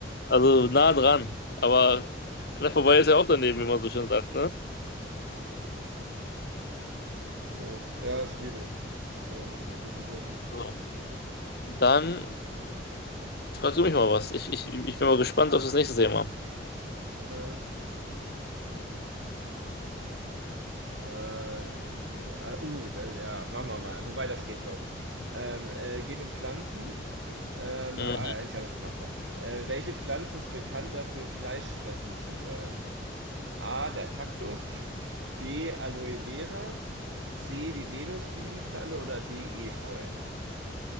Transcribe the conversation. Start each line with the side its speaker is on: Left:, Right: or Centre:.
Left: Also nah dran. Aber knapp vorbei ist ja auch daneben, wie man so schön sagt, ne?
Right: Oh, ja, schwierig ähm, mit den Begriffen.
Left: So. Dann fragst du mich mal was. Ich, ich, ich bin mal gespannt auf das nächste Thema.
Right: Äh, ah, die kannst du kennen. Äh, dann nehmen wir, ah, uh, da, ja, machen wir mal. Wobei das geht, glaube ich. Ähm, äh, geht um Pflanzen. Ähm,
Left: Mhm.
Right: ah, ja, ich glaube, das ist machbar. Äh, welche Pflanze ist bekannt dafür, Fleischfressen zu sein? A, der Kaktus, B, Aloe Vera, C, die Venusfliegenfalle oder D, Efeu?